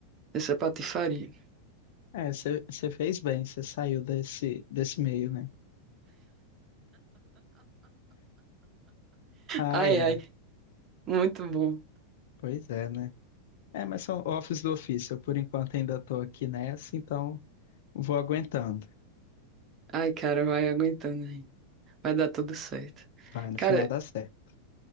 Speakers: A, on the right; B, on the left.
A: dessa patifaria.
B: É, você fez bem, você saiu desse, desse meio, né? Ai,
A: Ai,
B: ai.
A: ai, muito bom.
B: Pois é, né? É, mas são office do ofício. Eu, por enquanto, ainda estou aqui nessa, então vou aguentando.
A: Ai, cara, vai aguentando aí. Vai dar tudo certo.
B: Vai, no
A: Cara,
B: final dá certo.